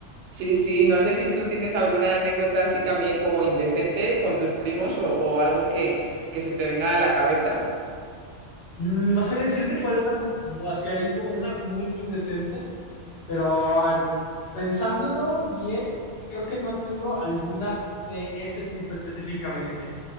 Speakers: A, on the right; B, on the left.
A: Sí, sí, no sé si tú tienes alguna anécdota así también como indecente con tus primos o, o algo que, que se te venga a la cabeza.
B: Mm, No sabría decirte cuál es la, mu- así hay como una muy indecente, pero a ver, pensándolo bien, creo que no tengo alguna de ese tipo específicamente.